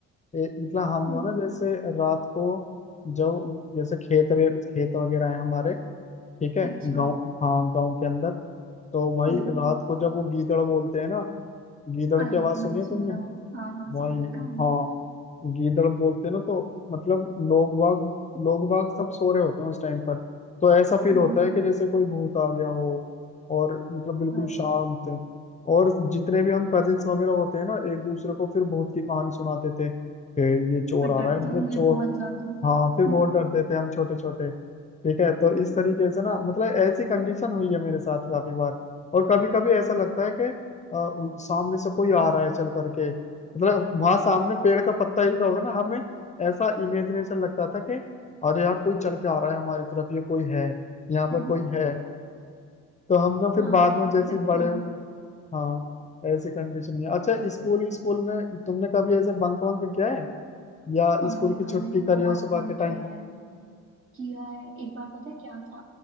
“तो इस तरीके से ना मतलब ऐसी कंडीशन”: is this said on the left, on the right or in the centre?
Left